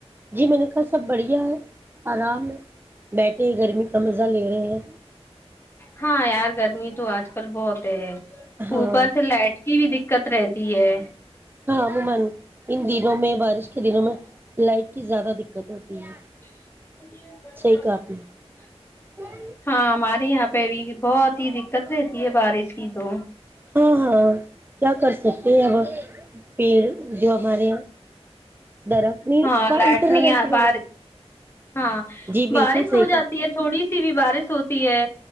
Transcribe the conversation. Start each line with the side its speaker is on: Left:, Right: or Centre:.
Right: جی م نے کا سب بڑھیا ہے آرام ہے بیٹھے گرمی کا مزہ لے رہے ہیں
Left: ہاں یار گرمی تو آج کل بہت ہے
Right: ہاں
Left: اوپر سے لائٹ کی بھی د دقت رہتی ہے
Right: ہاں امومن ہند دنوں میں بارش کے دنوں میں لائٹ کی زیادہ دقت ہوتی ہے
Left: <inaudible>
Right: صحیح کہا آپ نے <inaudible>
Left: ہاں ہمارے یہاں پہ بھی بہت ہی دقت رہتی ہے بارش کی تو
Right: ہاں ہاں کیا کر سکتے ہیں اب ہم پیر جو ہمارے درخت نہیں
Left: ہاں
Right: ادھر
Left: لائٹ نہیں
Right: لگا ادھر
Left: ا پا
Right: لگا
Left: رہی ہاں
Right: جی بالکل
Left: بارش
Right: صحیح
Left: ہو
Right: کہا
Left: جاتی ہے تھوڑی ی بھی بارش ہوتی ہے